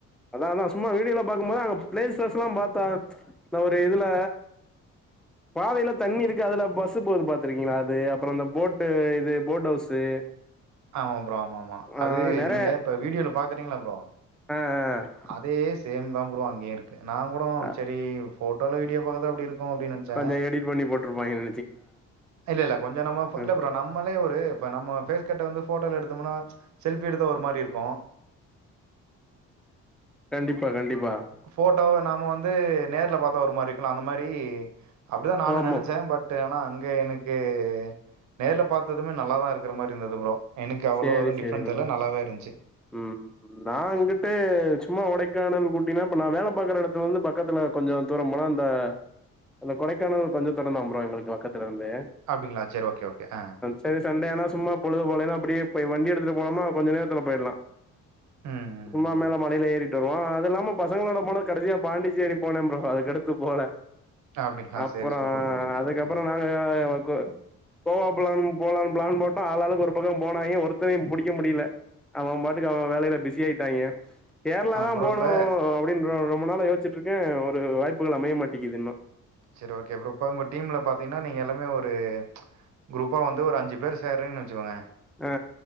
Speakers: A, in the centre; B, on the right (about 70°).
A: அதா அதா சும்மா வீடியோல பாக்கும் போது அங்க பிளேஸஸ்ல்லா பாத்தா இந்த ஒரு இதுல பாதையில தண்ணி இருக்கு அதுல பஸ் போது பாத்திருக்கீங்ளா அது அப்புறோ அந்த போட்டு இது போட் ஹவுஸு
B: ஆமா ப்ரோ ஆமா ஆமா
A: ஆ
B: அது
A: நெறைய
B: நீங்க இப்ப வீடியோல பாக்குறீங்களா ப்ரோ
A: ஆ ஆ ஆ
B: அதே சேம் தான் ப்ரோ அங்கேயு இருக் நான் கூட
A: ஆ
B: சரி போட்டோல வீடியோ பாக்க தா அப்டி இருக்கும் அப்டினு நினைச்சேன்
A: கொஞ்சோ எடிட் பண்ணி போட்ருப்பாங்கல
B: இல்ல இல்ல கொஞ்சம் நம்ம
A: ம்
B: இல்ல ப்ரோ நம்ம நம்மளே ஒரு இப்ப நம்ம பேஸ்கட்ட வந்து போட்டோ எடுத்தோம்னா செல்பி எடுத்தா ஒரு மாரி இருக்கும்
A: கண்டிப்பா கண்டிப்பா
B: போட்டோ நாம வந்து நேர்ல பார்த்தா ஒரு மாரி இருக்கும்ல அந்த மாரி அப்டிதான் நானும்
A: ஆமா
B: நினைச்சேன் பட் ட் ஆனா அங்க எனக்கு நேர்ல பார்த்ததுமே நல்லாதான் இருக்கிற மாரி இருந்தது ப்ரோ எனக்கு அவ்ளோ
A: சேரி
B: ஒன்னும் டிஃப்ரண்ட்
A: சேரி ப்ரோ
B: தெர்ல நல்லாவே இருந்துச்சு
A: ம் நான்ங்கட்டு சும்மா ஒடைக்கானல் கூட்டினா இப்ப நான் வேலை பாக்குற இடத்துல வந்து பக்கத்துல கொஞ்சம் தூர போனா அந்த அந்த கொடைக்கானல் கொஞ்ச தூறந்தான் ப்ரோ எங்களுக்கு பக்கத்துல இருந்து
B: அப்டிங்கலா சரி ஓகே ஓகே ஆ
A: சேர் சண்டே ஆனா சும்மா பொழுது போலேன்னா அப்டியே வண்டி எடுத்துட்டு போனோமா கொஞ்ச நேரத்துல போயிடலாம்
B: ம். ம்.
A: சும்மா மேல மழையில ஏறி வோம் அது இல்லாம பசங்களோட போன கடைசியா பாண்டிச்சேரி போனேன் ப்ரோ அதுக்கடுத்து போல
B: அப்டிங்களா?
A: அப்பறோ
B: சரி சூப்பர் ப்ரோ, சூப்பர்.
A: அதுக்கப்பறம்
B: ஆ.
A: நாங்க கு கோவா பிளான் போலான் பிளான் போட்டா ஆளாளுக்கு ஒரு பக்கம் போ நாய ஒருத்தரையும் புடிக்க முடில அவன் பாட்டுக்கு அவன் வேலையில பிஸி ஆயிட்டாய்ங்க கேரளா
B: ஆ
A: தான்
B: ப்ரோ
A: போகணும்
B: இப்ப
A: அப்டின்ற ரொம்ப நாள்ளா யோசிச்சட்டுருக்கேன் ஒரு வாய்ப்புகள் அமைய மாட்டேக்குதுன்னும்
B: சரி ஓகே ப்ரோ அப்பறம் இப்ப உங்க டீம்ல பாத்தீங்கன்னா நீங்க எல்லாமே ஒரு குரூப்பா வந்து ஒரு அஞ்சு பேர் சேரிங்கன்னு வச்சுக்கோங்க
A: ஆ